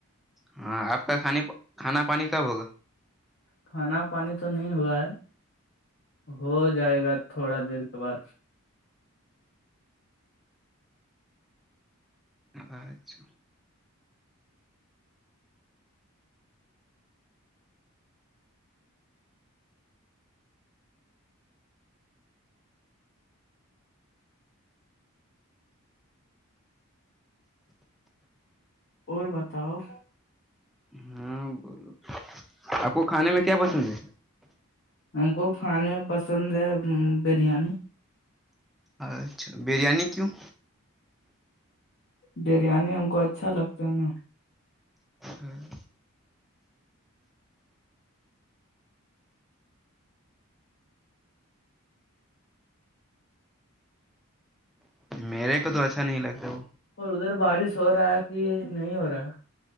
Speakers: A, in the centre; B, on the left (about 50°).
A: ہاں آپ کا کھانے کھانا پانی کب ہوگا
B: کھانا پانی تو نہیں ہوا ہے ہو جائے گا تھوڑا دیر کے بعد
A: اچھا
B: اور بتاؤ
A: ہاں بولو آپ کو کھانے میں کیا پسند ہے
B: ہم کو کھانے میں پسند ہے بریانی
A: اچھا بریانی کیوں
B: بریانی ہم کو اچھا لگتا ہے نا
A: <unintelligible> میرے کو تو اچھا نہیں لگتا وہ
B: اور ادھر بارش ہو رہا ہے کہ نہیں ہو رہا